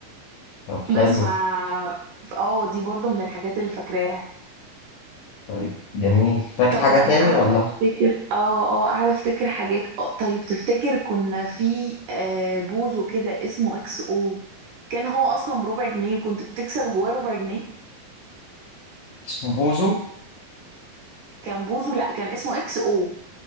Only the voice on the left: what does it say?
طب حلو
طيب جميل فاكر
حاجة
تاني
ولا
اسمه بوزو